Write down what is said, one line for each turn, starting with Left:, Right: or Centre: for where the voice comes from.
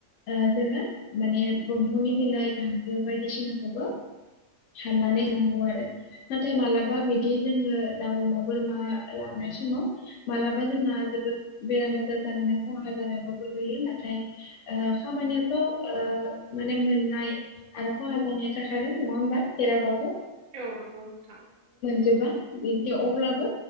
Left: ओ जोङो माने बमफं'नि बिलाइ गांखो बायदिसिनाखौबो साननानै लानांगौ आरो नाथाय माला- बा बिदि जोंनो दाउ, अमा, बोरमा लानाय समाव मालाबा जोङो बे <unintelligible> नुयो नाथाय खामानियाथ' ओ मोननाय आरो खहा जानाया थाखागोन नङा होमबा जेरावबाबो
Right: औ नगौ नोंथां
Left: जोबा बिदि अब्लाबो